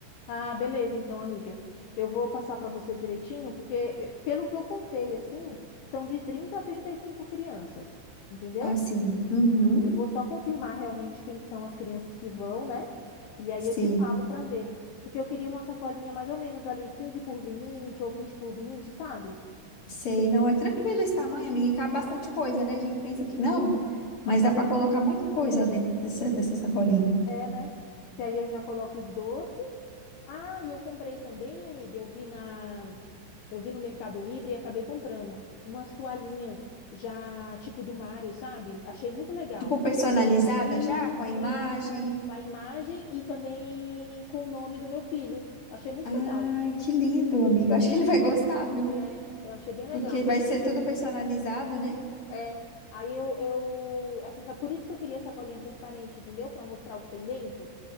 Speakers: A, on the left (about 70°); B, on the left (about 25°).
A: Ah, beleza, então, amiga. Eu vou passar para você direitinho, porque eh, pelo que eu contei, assim, são de 30 a 35 crianças, entendeu?
B: Ah, sim. Uhum.
A: Eu vou só confirmar realmente quem são as crianças que vão, né? E aí
B: Sim.
A: eu te falo para ver. Porque eu queria uma sacolinha mais ou menos ali, 15 por vinte ou vinte por vinte, sabe?
B: Sei, não é tranquilo esse tamanho, amiga, e cabe bastante coisa, né? A gente pensa que não, mas dá para colocar muita coisa dentro dessa, dessa sacolinha.
A: É, né? Que aí eu já coloco os doces. Ah, e eu comprei também, amiga, eu vi na eu vi no Mercado Livre e acabei comprando umas toalhinhas já tipo do Mário, sabe? Achei muito legal.
B: Tipo, personalizada
A: Isso,
B: já, com a imagem.
A: isso. Com A imagem e também com o nome do meu filho. Achei muito
B: Ai,
A: legal.
B: que lindo, amiga. Eu acho que ele vai gostar, viu?
A: É, eu achei bem legal.
B: Porque vai ser tudo personalizado, né?
A: É. Aí eu, eu essa, essa- por isso que eu queria essa colinha transparente, entendeu? Para mostrar o que tem dentro.